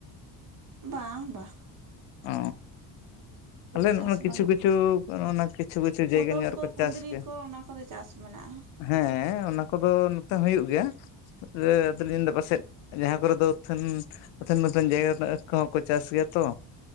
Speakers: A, on the right; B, on the left.
A: ᱵᱟᱝ ᱵᱟᱝ᱾
B: ᱚ ᱟᱞᱮ ᱱᱚᱜ-ᱚᱭ
A: ᱪᱟᱥ
B: ᱠᱤᱪᱷᱩ
A: ᱵᱟᱹᱱᱩᱜᱼᱟ
B: ᱠᱤᱪᱷᱩ ᱚᱱᱟ ᱠᱤᱪᱷᱩ ᱠᱤᱪᱷᱩ
A: ᱯᱚᱴᱚᱞ
B: ᱡᱟᱭᱜᱟ ᱧᱚᱜ ᱨᱮᱠᱚ
A: ᱠᱚ ᱠᱩᱸᱫᱽᱨᱤ
B: ᱪᱟᱥ ᱜᱮᱭᱟ᱾
A: ᱠᱚ ᱚᱱᱟ ᱠᱚᱫᱚ ᱪᱟᱥ ᱢᱮᱱᱟᱜᱼᱟ
B: ᱦᱮᱸ ᱚᱱᱟ ᱠᱚᱫᱚ ᱱᱚᱛᱮ ᱦᱩᱭᱩᱜ ᱜᱮᱭᱟ, ᱟᱫᱚ ᱞᱤᱧ ᱫᱟ ᱯᱟᱥᱮᱫ ᱡᱟᱦᱟᱸ ᱠᱚᱨᱮ ᱫᱚ ᱚᱛᱷᱟᱹᱱ, ᱚᱛᱷᱟᱹᱱ ᱚᱛᱷᱟᱹᱱ ᱡᱟᱭᱜᱟ ᱨᱮᱱᱟᱜ ᱟᱹᱠ ᱠᱚᱦᱚᱸᱠᱚ ᱪᱟᱥ ᱜᱮᱭᱟ, ᱛᱚ